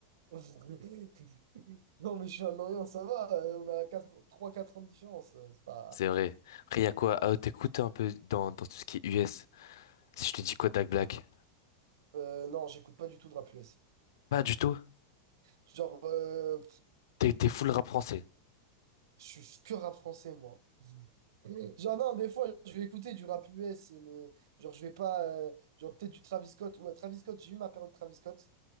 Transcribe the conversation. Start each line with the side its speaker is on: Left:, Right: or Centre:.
Right: <laughs> non, mais je suis un Orient, ça va, euh, on a trois quatre ans de différence, euh, c'est pas.
Left: C'est vrai. Après, y a quoi? Euh, t'écoutes un peu dans, dans tout ce qui est US. Si je te dis Kodak Black.
Right: Euh, non, j'écoute pas du tout de rap US.
Left: Pas du tout.
Right: Genre, euh,
Left: T'es, t'es full rap français.
Right: je suis que rap français moi. <laughs> Genre, non, des fois, je vais écouter du rap US, mais genre, je vais pas. euh, genre, peut-être du Travis Scott. Ouais, Travis Scott, j'ai eu ma période Travis Scott.